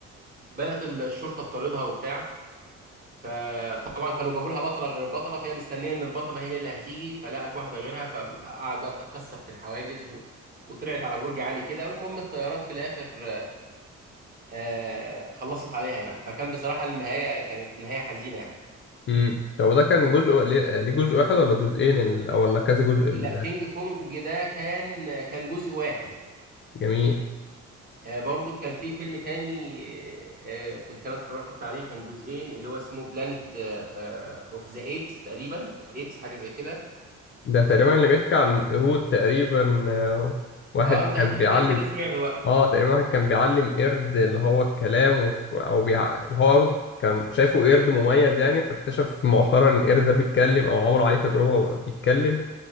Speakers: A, on the right (about 30°); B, on the left (about 40°).
A: بدأت الشرطة تطاردها وبتاع فطبعا كانوا جابوا لها بطله غير البطله فهي مستنيه ان البطله هي اللي هتيجي فلقت واحده غيرها فقعد بقى تكسر في الحواجز و... وطلعت على برج عالي كده والمهم الطيارات في الاخر آه خلصت عليها يعني فكان بصراحه النهايه كانت نهايه حزينه يعني
B: مم. طب ده كان جزء ليه ليه جزء واحد ولا جزئين ال... أو ولا كذا جزء ال-
A: لا
B: ده
A: كينج كونج ده كان كان جزء واحد
B: جميل
A: آه برضو كان في فيلم تاني آه كنت انا اتفرجت عليه كان جزئين اللي هو اسمه بلانيت اوف ذا ايبس تقريبا اوف ايبس حاجه زي كده
B: ده تقريبا اللي بيحكي عن قرود تقريبا آه، واحد
A: اه انت
B: كان بيعلم
A: شكلك كده سمعته بقى
B: اه تقريبا واحد كان بيعلم قرد اللي هو الكلام و... أو بيع... اللي هو قرد كان شايفه قرد مميز يعني فاكتشف مؤخرا إن القرد ده بيتكلم أو عملوا عليه تجربة بيتكلم